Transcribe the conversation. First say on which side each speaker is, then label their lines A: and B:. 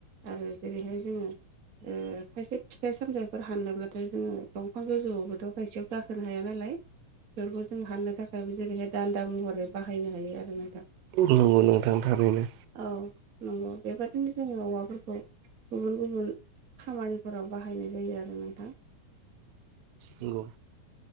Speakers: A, on the right (about 70°); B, on the right (about 90°).
A: आरो जेरैहाय जोङो ओ खायसे फिथाइ सामथायफोर हानो ब्लाथाय जोङो दंफां गोजौआवबोथ' खायसेयाव गाखोनो हाया नालाय। बेफोरखौ जों हानोनो थाखायबो जेरैहाय दान्दा महरै बाहायनो हायो आरो नोंथां।
B: नंगौ नोंथांनि थैनो।
A: औ नंगौ बेबादिनो जोङो औवाफोर खौ गुबुन गुबुन खामानिफोराव बाहायनाय जायो आरो नोंथां।
B: नंगौ